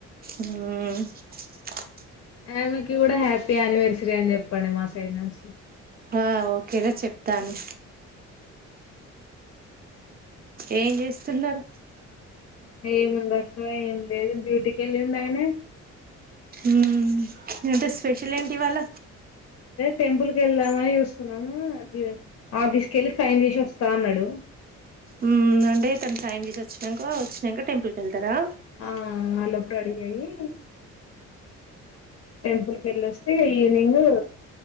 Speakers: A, on the right (about 30°); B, on the left (about 55°).
A: ఊ
B: ఆమెకి కూడా హ్యాపీ అనివర్సరీ అని చెప్పండి మా సైడ్ నుంచి
A: ఆ ఓకేర చెప్తాను ఏం చేస్తున్నరు
B: ఏమిందక్క ఏం లేదు డూటీకి వెళ్ళిండు ఆయన
A: ఊం అంటే స్పెషల్ ఏంటివాళ
B: టెంపుల్కెదామని జూస్తున్నాము అది ఆఫీస్కెల్లి సైన్ జేసి వస్తా అన్నాడు
A: ఊ అంటే తన సైన్ చేసి వచ్చినాక వచ్చినాక టెంపుల్కెళ్తారా
B: ఆ ఆ లోపు రెడీ అయ్యి టెంపుల్ కి వెళ్లి వస్తే ఈవినింగ్